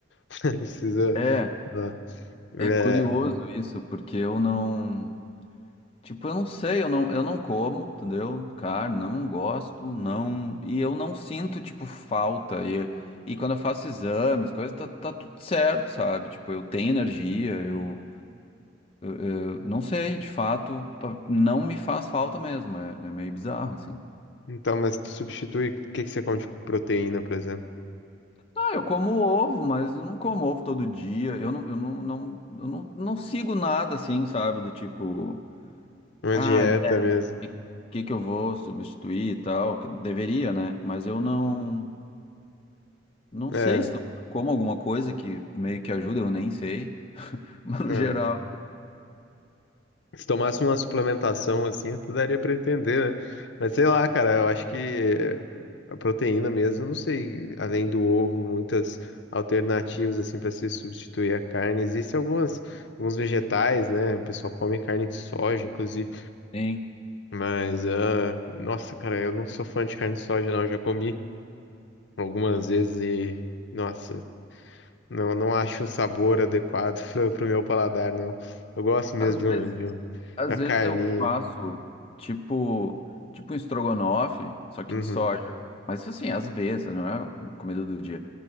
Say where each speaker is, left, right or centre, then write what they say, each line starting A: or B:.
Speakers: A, on the left; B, on the left.
A: <laughs> Precisa
B: É,
A: dar. É.
B: é curioso isso, porque eu não. Tipo, eu não sei, eu não, eu não como, entendeu? Carne, não gosto, não. E eu não sinto, tipo, falta. E, e quando eu faço exames, coisas, tá, tá tudo certo, sabe? Tipo, eu tenho energia, eu, eu não sei, de fato, pa- não me faz falta mesmo. É, é meio bizarro, assim.
A: Então, mas tu substitui, o que que você come de proteína, por exemplo?
B: Ah, eu como ovo, mas eu não como ovo todo dia. Eu não, eu não, não, eu não, não sigo nada, assim, sabe? Do tipo,
A: Uma
B: ah,
A: dieta mesmo.
B: o que que eu vou substituir e tal? Que deveria, né? Mas eu não. Não
A: É,
B: sei se talvez eu como alguma coisa que meio que ajuda, eu nem sei. <laughs> Mas no
A: não.
B: geral,
A: Se tomasse uma suplementação assim, tu daria pra entender, né? Mas sei lá, cara, eu acho que eh, a proteína mesmo, eu não sei, além do ovo, muitas alternativas assim para se substituir a carne. Existem algumas, alguns vegetais, né? O pessoal come carne de soja, inclusive.
B: sim.
A: Mas, ah, nossa, cara, eu não sou fã de carne de soja, não. Eu já comi algumas vezes e, nossa, não, não acho o sabor adequado <laughs> pro, pro meu paladar, não. Eu gosto mesmo
B: Às
A: de,
B: vezes,
A: um, de um,
B: às
A: da carninha.
B: vezes eu faço tipo, tipo um estrogonofe, só que
A: Uhum,
B: de soja. Mas assim, às vezes, não é comida do dia.